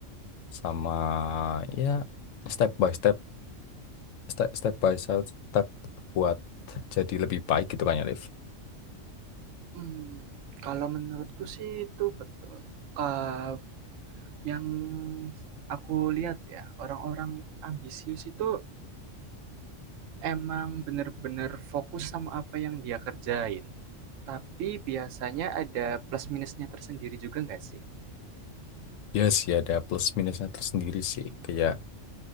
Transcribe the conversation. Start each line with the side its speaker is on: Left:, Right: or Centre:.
Left: sama ya step by step step step by step, step buat jadi lebih baik gitu kan ya Liv.
Right: Hmm, kalau menurutku sih itu betul. Eh, yang aku lihat ya, orang-orang ambisius itu emang bener-bener fokus sama apa yang dia kerjain. Tapi biasanya ada plus minusnya tersendiri juga nggak sih?
Left: Ya sih ada plus minusnya tersendiri sih. Kayak